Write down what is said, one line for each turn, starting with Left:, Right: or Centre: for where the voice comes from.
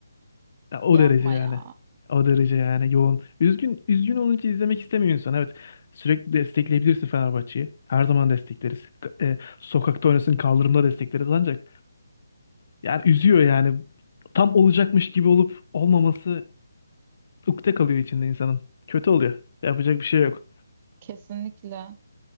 Left: Ya o
Right: Yapma
Left: derece yani.
Right: ya.
Left: O derece yani yoğun. Üzgün üzgün olunca izlemek istemiyor insan. Evet. Sürekli destekleyebilirsin Fenerbahçe'yi. Her zaman destekleriz. K- e, sokakta oynasın, kaldırımda destekleriz ancak yani üzüyor yani. Tam olacakmış gibi olup olmaması ukde kalıyor içinde insanın. Kötü oluyor. Yapacak bir şey yok.
Right: Kesinlikle.